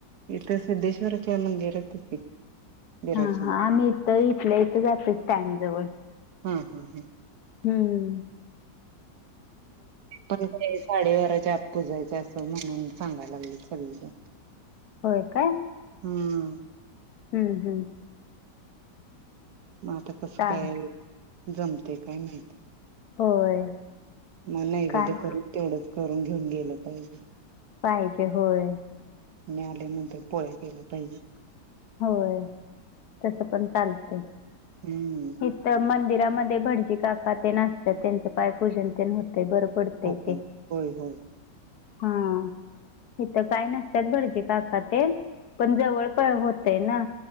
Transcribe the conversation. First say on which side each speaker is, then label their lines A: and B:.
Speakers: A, on the right; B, on the left.
A: इथं सिद्धेश्वरच्या मंदिरातच की. बिराड
B: हां.
A: सिद्ध
B: हां आम्ही इथं, इथल्या इथं जातोय स्टँडजवळ.
A: हा हा
B: हूं हूं.
A: पण ते साडे बाराच्या आत पुजायचं असत. म्हणून सांगायला लागलीत सगळीजण.
B: होय काय?
A: हम्म.
B: हम्म, हम्म.
A: मग आता कसं
B: का
A: काय जमतय काय माहिती?
B: होय.
A: मग नैवेद्य
B: काय
A: करून, तेवढंच करून घेऊन गेलं पाहिजे.
B: पाहिजे, होय.
A: आणि आल्यानंतर पोळ्या केल्या पाहिजेत.
B: होय, तस पण चालतय.
A: हम्म
B: इथ मंदिर -- मध्ये भटजी काका तेण आसत्यात त्यांच पायपूजन तेण होतंय. ते बरं पडतय
A: ओके.
B: ते
A: होय होय
B: हा, इथ काय नसत्यात भटजी काका तेण पण जवळ पण हो- - तेना.